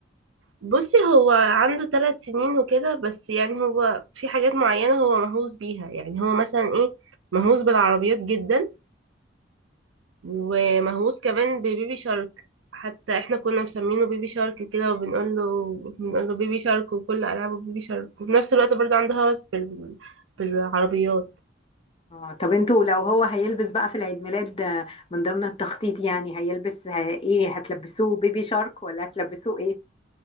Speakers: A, on the right (about 85°); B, on the left (about 30°).
A: بصي هو عنده ثلاث سنين وكده بس يعني هو في حاجات معينة هو مهووس بيها يعني هو مثلا ايه مهووس بالعربيات جدا ومهووس كمان ببيبي شارك حتى احنا كنا مسمينه بيبي شارك كده وبنقول له بنقول له بيبي شارك وكل العابه بيبي شارك وفي نفس الوقت برضه عنده هوس بال... بالعربيات
B: اه طب انتوا لو هو هيلبس بقى في العيد ميلاد آه، من ضمن التخطيط يعني هيلبس آه، ايه هتلبسوه بيبي شارك ولا هتلبسوه ايه